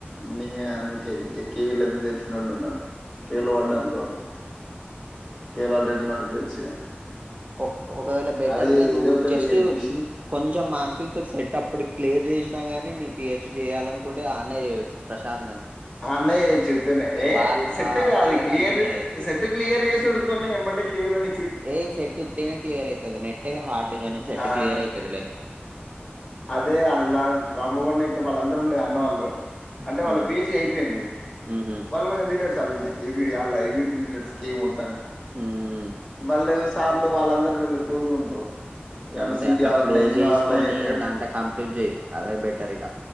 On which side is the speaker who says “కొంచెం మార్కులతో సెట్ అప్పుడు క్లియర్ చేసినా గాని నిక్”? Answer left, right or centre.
Right